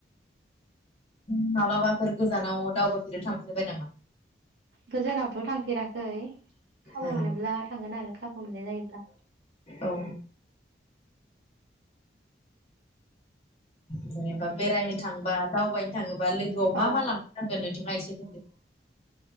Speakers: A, on the left; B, on the right.
A: होनबा मालाबाफोर गोजानाव दावबायफेरनो थांफेरबाय नामा?
B: गोजानावथ' थांफेराखै खाबु
A: औ
B: मोनोब्ला थांगोन आरो खाबु मोननाय जायोब्ला <inaudible>
A: औ जेनेबा बेरायनो थांबा दावबायनो थाङो लोगोआव मा
B: औ
A: मा लांफानांगोन नों थांङा एसे बुंदों।